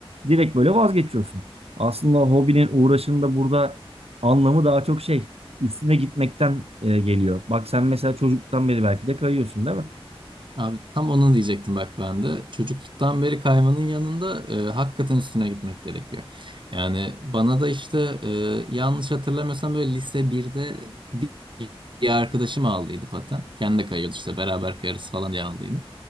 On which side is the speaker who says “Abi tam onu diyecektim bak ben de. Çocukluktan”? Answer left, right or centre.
Right